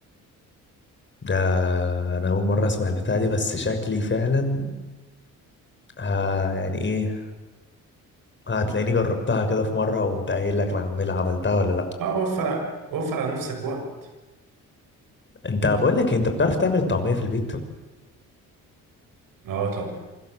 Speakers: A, on the left; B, on the right.
A: ده انا اول مره اسمع البتاع دي بس شكلي فعلا ها يعني ايه هتلاقيني جربتها كده في مره وقمت قايل لك انا عمال عملتها ولا لا
B: اه وفر وفر على نفسك وقت
A: انت بقول لك إيه، انت بتعرف تعمل الطعميه في البيت
B: اه طبعا